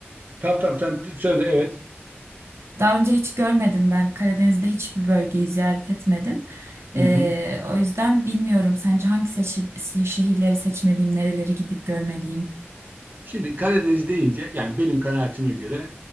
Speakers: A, on the right (about 45°); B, on the right (about 85°).
A: Tamam tamam sen t- söyle evet.
B: Daha önce hiç görmedim ben. Karadeniz'de hiçbir bölgeyi ziyaret etmedim.
A: Hı
B: Ee,
A: hı.
B: o yüzden bilmiyorum. Sence hangi seçi- se- şehirleri seçmeliyim, nereleri gidip görmeliyim?
A: Şimdi Karadeniz deyince yani benim kanaatime göre